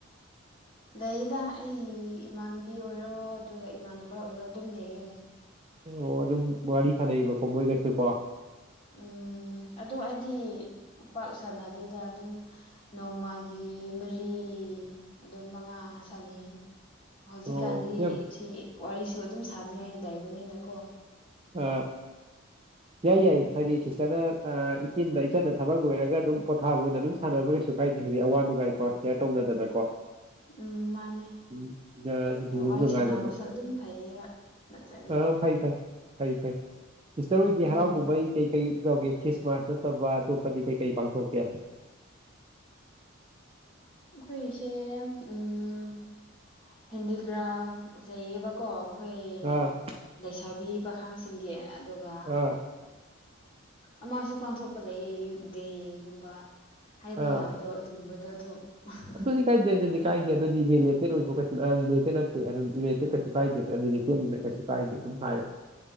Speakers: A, on the left; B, on the right.
A: ꯂꯩꯌꯦꯗ ꯑꯩ ꯏꯃꯥꯟꯅꯕꯤ ꯑꯣꯏꯔꯣ ꯑꯗꯨꯒ ꯏꯃꯥꯟꯅꯕ ꯑꯣꯏꯔꯣ ꯑꯗꯨꯝ ꯂꯩꯌꯦ
B: ꯑꯣ ꯑꯗꯨꯝ ꯋꯥꯔꯤ ꯁꯥꯟꯅꯩꯕꯀꯣ ꯃꯣꯏꯒꯁꯨ ꯀꯣ
A: ꯎꯝ ꯑꯗꯣ ꯑꯩꯗꯤ ꯄꯥꯛ ꯁꯅꯗꯦꯗ ꯑꯗꯨꯝ ꯅꯣꯡꯃꯒꯤ ꯃꯔꯤ ꯑꯗꯨꯝ ꯃꯉꯥ ꯁꯥꯟꯅꯩ ꯍꯧꯖꯤꯛꯀꯥꯟꯗꯤ
B: ꯑꯣ ꯌꯥꯝ
A: ꯁꯤ ꯋꯥꯔꯤꯁꯨ ꯑꯗꯨꯝ ꯁꯥꯥꯟꯅꯤꯡꯉꯥꯏ ꯂꯩꯕꯅꯤꯅꯀꯣ
B: ꯑ
A: <unintelligible>
B: ꯌꯥꯏ ꯌꯥꯏ ꯍꯥꯏꯗꯤ ꯁꯤꯁꯇꯔꯅ ꯏꯆꯤꯟꯅ ꯏꯆꯟꯅ ꯊꯕꯛ ꯂꯣꯏꯔꯒ ꯑꯗꯨꯝ ꯄꯣꯊꯥꯕ ꯑꯣꯏꯅ ꯑꯗꯨꯝ ꯁꯥꯟꯅꯕ ꯀꯩꯁꯨ ꯀꯥꯏꯗꯦ ꯍꯥꯏꯗꯤ ꯑꯋꯥ ꯅꯨꯡ ꯀꯥꯏꯀꯣ ꯁꯤꯌꯥꯔ ꯇꯧꯅꯗꯅꯀꯣ
A: ꯎꯝ ꯃꯥꯅꯦ
B: ꯎꯝ ꯌꯥꯗ ꯀꯥꯏ ꯑꯗꯨꯝ
A: ꯋꯥꯔꯤ
B: ꯅꯨꯉꯥꯏꯔꯝꯃꯣꯏ
A: ꯁꯥꯟꯅꯕꯁꯨ ꯑꯗꯨꯝ ꯐꯩꯌꯦꯕ ꯅꯠꯇ꯭ꯔꯗꯤ
B: ꯑ ꯐꯩ ꯐꯩ ꯐꯩ ꯐꯩ ꯏꯁꯇꯔ ꯑꯣꯏꯗꯤ
A: ꯎꯝ
B: ꯍꯔꯥꯎ ꯀꯨꯝꯍꯩ ꯀꯩ ꯀꯩ ꯇꯧꯒꯦ ꯈ꯭ꯔꯤꯁꯃꯥꯁ ꯅꯠꯇꯕ ꯑꯇꯣꯞꯄꯗꯤ ꯀꯩ ꯀꯩ ꯄꯥꯡꯊꯣꯛꯀꯦ
A: ꯑꯩꯈꯣꯏ ꯏꯁꯦ ꯎꯝ ꯍꯦꯟꯗꯤꯀ꯭ꯔꯥꯐ ꯂꯩꯌꯦꯕ ꯀꯣ ꯑꯩꯈꯣꯏ
B: ꯑꯥ
A: ꯂꯩꯁꯥꯕꯤ ꯄꯥꯈꯥꯡꯁꯤꯡꯒꯤ ꯑꯗꯨꯒ
B: ꯑꯥ
A: ꯑꯃꯁꯨ ꯄꯥꯡꯊꯣꯛꯄ ꯂꯩ ꯌꯨꯠ ꯗꯦꯒꯨꯝꯕ ꯍꯥꯏꯕ
B: ꯑꯥ
A: ꯌꯥꯕ꯭ꯔꯣ ꯑꯗꯨꯒꯨꯝꯕꯗ ꯑꯗꯨꯝ <unintelligible>
B: ꯑꯗꯨꯗꯤ ꯀꯥꯏꯗꯦ ꯑꯗꯨꯗꯤ ꯀꯥꯏꯗꯦ ꯑꯗꯨꯗꯤꯔꯤꯂꯦꯇꯦꯠ ꯑꯣꯏꯕ ꯀꯩꯁꯨꯔꯤꯂꯦꯠꯇꯦꯠ ꯇꯠꯇꯦ ꯀꯩꯁꯨ ꯀꯥꯏꯗꯦ ꯀꯦꯜꯂꯤꯅ ꯀꯩꯁꯨ ꯀꯥꯏꯅꯤ ꯑꯗꯨꯝ ꯍꯥꯏꯌꯣ